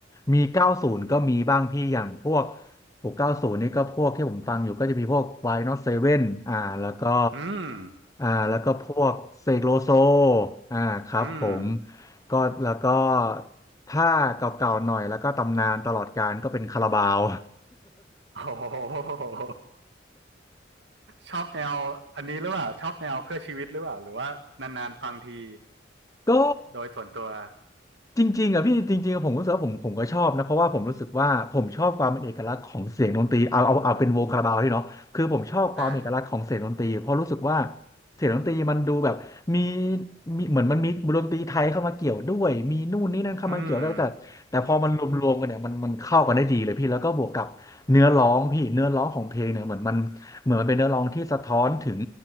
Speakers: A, on the left (about 20°); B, on the right (about 70°).
A: มีเก้าศูนย์ก็มีบ้างพี่อย่างพวกหกเก้าศูนย์นี่ก็พวกที่ผมฟังอยู่ก็จะมีพวกวานอตเซเว่นอ่าแล้วก็
B: อืม
A: อ่าแล้วก็พวกเสกโลโซอ่าครับผม
B: อืม
A: ก็แล้วก็ถ้าเก่าๆหน่อยแล้วก็ตำนานตลอดกาลก็เป็นคาราบาว
B: โอ้โหชอบแนวอันนี้หรือเปล่าชอบแนวเพื่อชีวิตหรือเปล่าหรือว่านานๆฟังที
A: <laughs> ก็
B: โดยส่วนตัว
A: จริงๆอะพี่จริงๆอะผมรู้สึกว่าผมผมก็ชอบนะเพราะว่าผมรู้สึกว่าผมชอบความเป็นเอกลักษณ์ของเสียงดนตรีเอาเอาเอาเป็นวงคาราบาวที่เนาะคือผมชอบความเอกลักษณ์ของเสียงดนตรีเพราะรู้สึกว่า
B: อ่า
A: เสียงดนตรีมันดูแบบมีมีเหมือนมันมีดนตรีไทยเข้ามาเกี่ยวด้วยมีนู่นนี่นั่นเข้ามาเกี่ยวด้วยแต่แต่พอมันรวมๆกันเนี่ยมันมันเข้ากันได้ดีเลยพี่แล้วก็บวกกับเนื้อร้องพี่เนื้อร้องของเพลงเนี่ยเหมือนมัน
B: อืม
A: เหมือนมันเป็นเนื้อร้องที่สะท้อนถึง